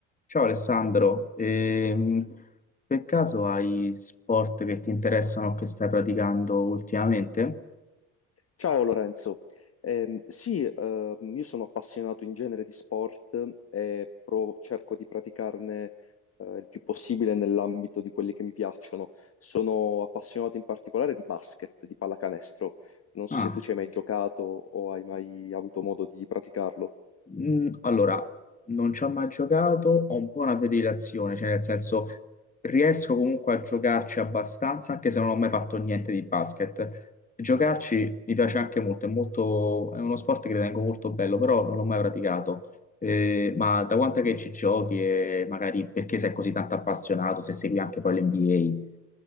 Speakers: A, on the left; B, on the left.
A: Ciao Alessandro, Ehm, per caso hai sport che ti interessano o che stai praticando ultimamente?
B: Ciao Lorenzo, Ehm, sì, ehm, io sono appassionato in genere di sport e pro- cerco di praticarne eh, il più possibile nell'ambito di quelli che mi piacciono. Sono appassionato in particolare di basket, di pallacanestro. Non so
A: Ah,
B: se tu ci hai mai giocato o hai mai avuto modo di praticarlo.
A: mm, allora, non ci ho mai giocato, ho un po' una predilezione, cioè nel senso riesco comunque a giocarci abbastanza, anche se non ho mai fatto niente di basket. Giocarci mi piace anche molto, è molto, è uno sport che ritengo molto bello, però non l'ho mai praticato. Eh, ma da quanto è che ci giochi e magari perché sei così tanto appassionato, se segui anche poi l'NBA?